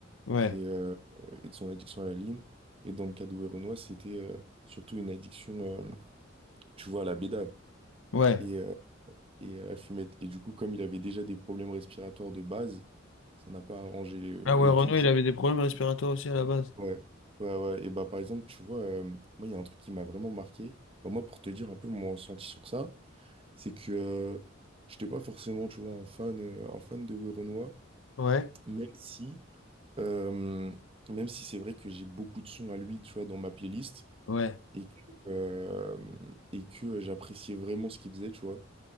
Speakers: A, on the left; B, on the right.
A: ouais,
B: et, euh, euh, et de son addiction à la ligne. Et dans le cas de Renoir, c'était euh, surtout une addiction, euh, tu vois, à la bédave
A: ouais.
B: et, euh, et à la fumette. Et du coup, comme il avait déjà des problèmes respiratoires de base, ça n'a pas arrangé les- le
A: Ah ouais, Renaud,
B: tout. tu
A: il avait des problèmes respiratoires aussi à la base.
B: Ouais, ouais, ouais. Et bah, par exemple, tu vois, euh, moi, il y a un truc qui m'a vraiment marqué. Bah, moi, pour te dire un peu mon ressenti sur ça, c'est que euh, je n'étais pas forcément, tu vois, un fan, euh, un fan de Werenoi,
A: Ouais,
B: même si, euh, même si c'est vrai que j'ai beaucoup de sons à lui, tu vois, dans ma playlist,
A: ouais,
B: et que, euh, et que j'appréciais vraiment ce qu'il faisait, tu vois.